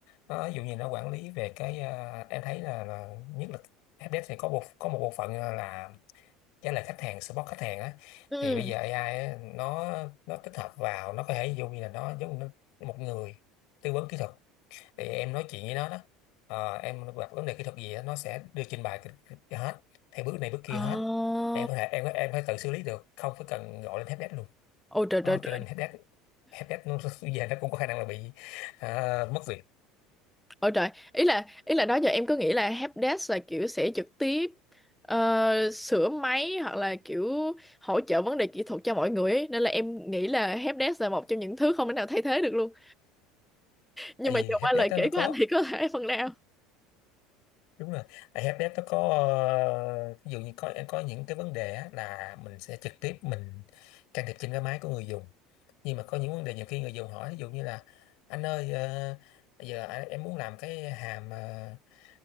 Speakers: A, on the left; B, in the centre.
A: nó ví dụ như nó quản lý về cái ờ, em thấy là, là nhất là Fdesk thì có một có một bộ phận là trả lời khách hàng support khách hàng á
B: Ừ.
A: thì bây giờ AI á, nó nó tích hợp vào nó có thể ví dụ như là nó giống như một người tư vấn kỹ thuật thì em nói chuyện với nó đó Ờ, em gặp vấn đề kỹ thuật gì á, nó sẽ đưa trình bày hết theo bước này bước kia
B: Ồ.
A: hết em có thể em có- em có thể tự xử lý được không phải cần gọi lên Fdesk luôn
B: Ôi trời
A: đó,
B: trời trời.
A: cho nên helpdesk helpdesk nó <laughs> bây giờ nó cũng có khả năng là bị à, mất việc
B: Ôi trời. Ý là ý là đó giờ em cứ nghĩ là helpdesk là kiểu sẽ trực tiếp ờ, sửa máy hoặc là kiểu hỗ trợ vấn đề kỹ thuật cho mọi người ấy. Nên là em nghĩ là helpdesk là một trong những thứ không thể nào thay thế được luôn. Nhưng
A: tại
B: mà
A: vì
B: giờ
A: helpdesk
B: qua lời
A: đó
B: kể
A: nó có
B: của anh thì có thể phần nào.
A: đúng rồi tại helpdesk nó có ờ, ví dụ như có có những cái vấn đề á, là mình sẽ trực tiếp mình can thiệp trên cái máy của người dùng nhưng mà có những vấn đề nhiều khi người dùng hỏi ví dụ như là anh ơi ờ, bây giờ anh- em muốn làm cái hàm uh,